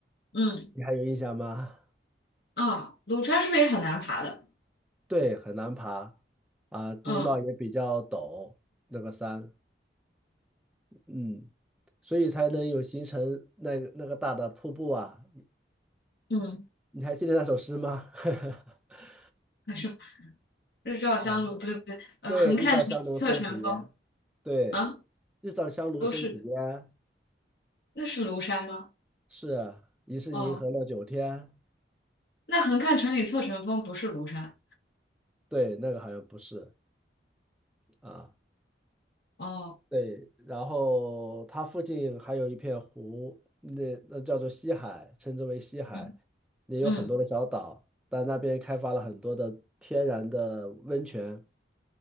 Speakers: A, on the left; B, in the centre.
A: 嗯
B: 你还有印象吗？
A: 啊，庐山是不是也很难爬的？
B: 对，很难爬啊，地貌也比较陡，
A: 嗯
B: 那个山，嗯。所以才能有形成那个那个大的瀑布啊。
A: 嗯，
B: 你还记得那首诗吗？<laughs>
A: 还是日照香炉，
B: 啊，
A: 不对不对，呃，
B: 对，
A: 横看成岭侧成峰
B: 日照香炉生紫烟，对，
A: 啊，
B: 日照香炉生紫烟，
A: 都是的。那是庐山吗？
B: 是啊疑是银河落九天，
A: 哦，那横看成岭侧成峰不是庐山。
B: 对，那个好像不是啊，
A: 哦，
B: 对，然后它附近还有一片湖，那那叫做西海，称之为西海，
A: 嗯
B: 也有很多的小岛，
A: 嗯
B: 但那边开发了很多的天然的温泉。